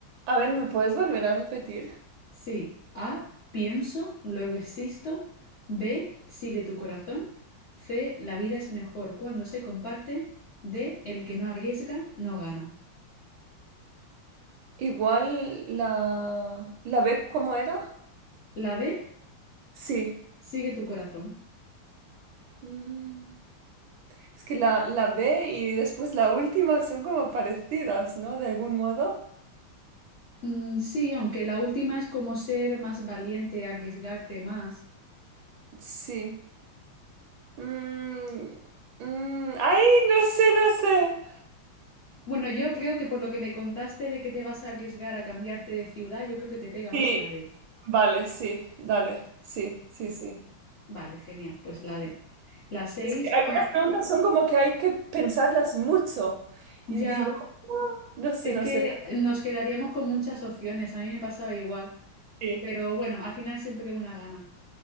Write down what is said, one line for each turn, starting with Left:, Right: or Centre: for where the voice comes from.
Right: a ver, ¿me puedes volver a repetir?
Left: Sí. A, pienso, luego existo. B, sigue tu corazón. C, la vida es mejor cuando se comparte. D, el que no arriesga no gana.
Right: Igual la, la B, ¿cómo era?
Left: La B,
Right: Sí.
Left: sigue tu corazón.
Right: Mm. Es que la, la B y después la última son como parecidas, ¿no? De algún modo.
Left: Mm, sí, aunque la última es como ser más valiente, arriesgarte más.
Right: Sí. Mm, mm, ay, no sé, no sé.
Left: Bueno, yo creo que por lo que me contaste de que te vas a arriesgar a cambiarte de ciudad, yo creo que te pega
Right: Sí,
Left: más la D.
Right: vale, sí, dale, sí, sí, sí.
Left: Vale, genial, pues la D. La 6,
Right: Es que algunas
Left: ya,
Right: preguntas son como que hay que pensarlas mucho. Y
Left: ya,
Right: digo, "Ah, no sé,
Left: Es
Right: no
Left: que
Right: sé.
Left: nos quedaríamos con muchas opciones, a mí me pasaba igual,
Right: Sí.
Left: pero bueno, al final siempre que una gana.